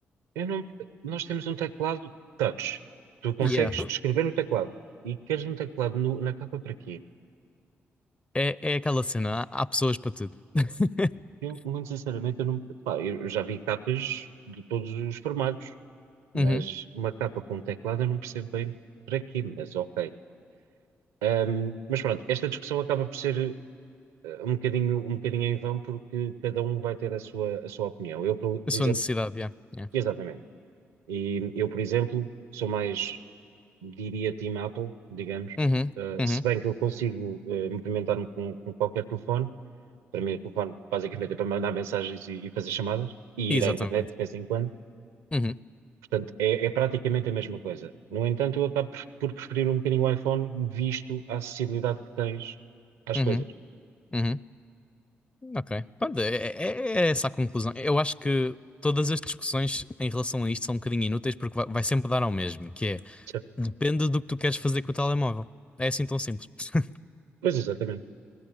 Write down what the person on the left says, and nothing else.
Yeah.
É, é aquela cena, há, há pessoas para tudo. <laughs>
Uhum.
Eu sou
a necessidade, yeah. Yeah.
Uhum,
uhum.
Exatamente.
Uhum,
uhum,
uhum. Ok. Pronto, é, é- é essa a conclusão. Eu acho que todas as discussões em relação a isto são um bocadinho inúteis porque vai, vai sempre dar ao mesmo, que é
depende do que tu queres fazer com o telemóvel. É assim tão simples. <laughs>